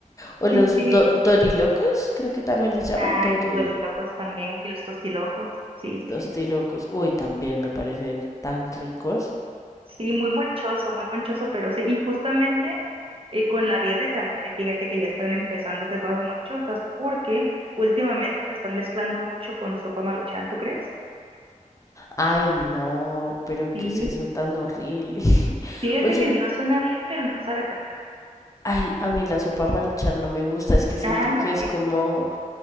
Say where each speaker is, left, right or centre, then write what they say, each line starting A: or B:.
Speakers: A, on the left; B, on the right.
A: O
B: Y
A: los
B: Sí.
A: do- dorilocos, creo que también les llaman
B: Ay,
A: dori,
B: los dorilocos también y los tostilocos. Sí, sí,
A: tostilocos.
B: sí.
A: Uy, también me parecen tan ricos.
B: Sí, muy monchoso, muy monchoso, pero sí. Y justamente eh, con la birre también, fíjate que ya están empezando a hacer cosas monchosas porque últimamente la están mezclando mucho con sopa Maruchan, ¿tú crees?
A: Ay, no, pero
B: Sí.
A: qué es eso tan horrible. <laughs>
B: Fíjate
A: Oye,
B: que no suena bien, pero no sabe tan mal.
A: ay, a mí la sopa maruchan no me gusta, es que siento
B: <laughs> Ah,
A: que
B: ok.
A: es como